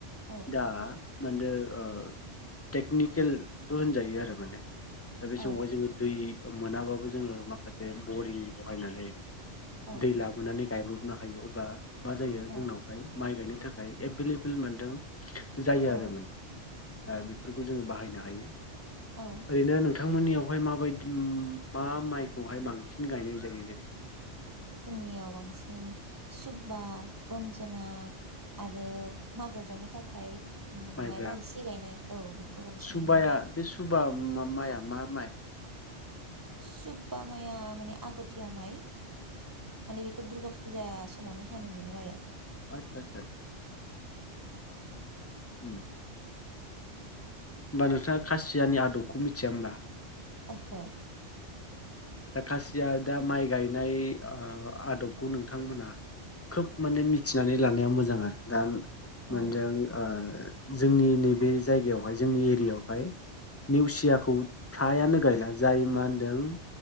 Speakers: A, on the right; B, on the left.
A: औ
B: दा माहोनदों ओ टेकनिकेलबो होनजायो आरो माने। दा बे
A: औ
B: समावहाय जोङो दै मोनाबाबो जोङो माखासे बरिं बहायनानै
A: औ
B: दै लाबोनानै गायब्रबनो हायो अब्ला मा जायो
A: औ
B: जोंनावहाय माइ गायनो थाखाय एबेलेबोल मोनदों। जायो
A: औ
B: आरो माने ओ बेफोरखौ जोङो बाहायनो हायो।
A: औ
B: ओरैनो नों थांमोननियावहाय माबायदि मा माइखौहाय बांसिन गायनाय जायो जेरै
A: जोंनियाव बांसिन सुबा रन्जना आरो मागो जानो थाखाय उम
B: माइब्रा
A: एसे गायनाय औ बेखौ बांसिन
B: सुबाया
A: नुयो आरो
B: बे सुबा मा माइआ मा माइ?
A: सुबा माया माने आगथिया माइ माने बेखौ दुर्गा फुजा समावनो हानो मोनो आरो
B: <unintelligible>
A: <inaudible>
B: उम ओमबा नोंस्रा खासियानि आदबखौ मिथिया ओमबा
A: ओहो
B: दा खासिया दा माइ गायनाय ओ आदबखौ नोंथांमोनहा खोब माने मिथिनानै लानाया मोजां आरो दा मोनदों
A: औ
B: ओ जोंनि नैबे जायगायावहाय जोंनि एरियायावहाय नेवसियाखौ फ्रायानो गायला जाय माहोन दों